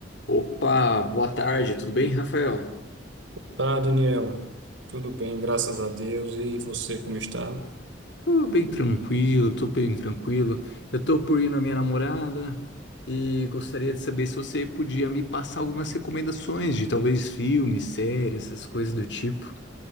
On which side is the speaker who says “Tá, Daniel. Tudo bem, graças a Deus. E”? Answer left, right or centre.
Right